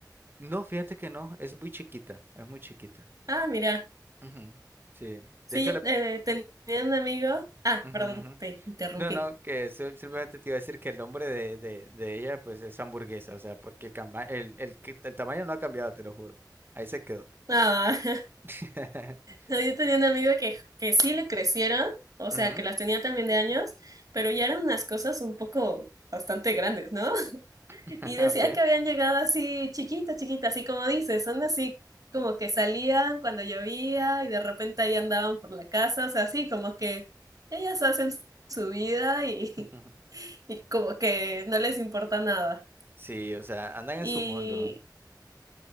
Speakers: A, on the right (about 30°); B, on the right (about 55°).
A: No, fíjate que no, es muy chiquita, es muy chiquita.
B: Ah, mira.
A: Ujú, Sí,
B: Sí,
A: de hecho
B: yo
A: le...
B: eh, tenía un amigo. Ah,
A: ujú,
B: perdón,
A: ujú.
B: te interrumpí.
A: No, no, que eso simplemente te iba a decir que el nombre de, de, de ella pues es hamburguesa, o sea, porque camba- el, el, que- el tamaño no ha cambiado, te lo juro. Ahí se quedó.
B: Ah, <laughs>
A: <laughs>
B: yo tenía un amigo que, que sí le crecieron, o sea,
A: Ujú,
B: que las tenía también de años, pero ya eran unas cosas un poco bastante grandes, ¿no? <laughs>
A: <laughs>
B: Y decía
A: ok.
B: que habían llegado así chiquitas, chiquitas, así como dices, son así como que salían cuando llovía y de repente ahí andaban por la casa, o sea, así como que ellas hacen su vida y,
A: Ujú.
B: <laughs> y como que no les importa nada.
A: Sí, o sea, andan en
B: y
A: su mundo.